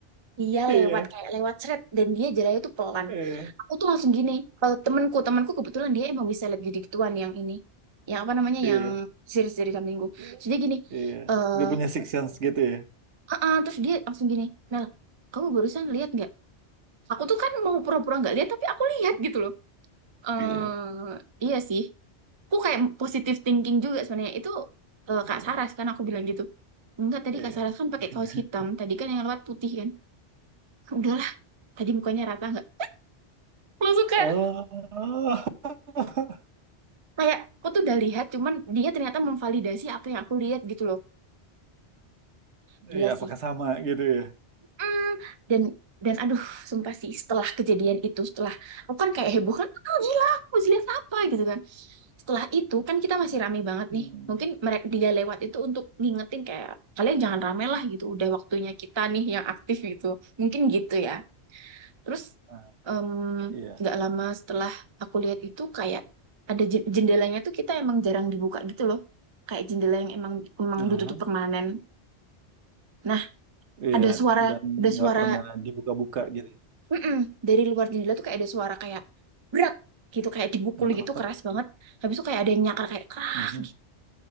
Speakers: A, on the right; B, on the right.
A: dia
B: Iya,
A: lewat kayak lewat seret dan dia jalannya tuh pelan
B: iya,
A: aku tuh langsung gini eh, temenku temenku kebetulan dia emang bisa lihat gitu gituan yang ini yang apa namanya
B: iya,
A: yang siri dari kambingku
B: iya.
A: terus dia gini
B: Iya.
A: eh
B: Dia punya six sense gitu ya.
A: ah, ah. terus dia langsung gini Mel kamu barusan lihat nggak aku tuh kan mau pura-pura nggak lihat tapi aku lihat gitu loh eh
B: Iya.
A: iya sih aku kayak positive thinking juga sebenarnya itu eh, Kak
B: Iya.
A: Saras kan aku bilang gitu enggak tadi
B: Iya.
A: Kak Saras kan pakai
B: <laughs>
A: kaos hitam tadi kan yang lewat putih kan <laughs> udahlah tadi mukanya rata nggak langsung kayak
B: Oh, <laughs>
A: kayak aku tuh udah lihat cuman dia ternyata memvalidasi apa yang aku lihat gitu loh gila
B: iya,
A: sih
B: apakah sama gitu ya?
A: Mm, dan dan aduh sumpah sih setelah kejadian itu setelah aku kan kayak heboh kan oh, gila aku mesti lihat apa gitu kan setelah itu kan kita masih rame banget
B: Hmm.
A: nih mungkin mereka dia lewat itu untuk ngingetin kayak kalian jangan rame lah gitu udah waktunya kita nih yang aktif gitu mungkin gitu ya terus
B: Nah,
A: em,
B: iya,
A: nggak lama setelah aku lihat itu kayak ada je- jendelanya tuh kita emang jarang dibuka gitu loh kayak jendela yang emang emang
B: Aha.
A: ditutup permanen nah
B: Iya,
A: ada suara
B: dan
A: ada
B: nggak
A: suara
B: pernah dibuka-buka gitu.
A: Mm-mm. Dari luar jendela tuh kayak ada suara kayak berat gitu kayak dipukul
B: Ngetok-ngetok.
A: gitu keras banget. Habis itu kayak ada yang nyakar kayak krak
B: Mhm.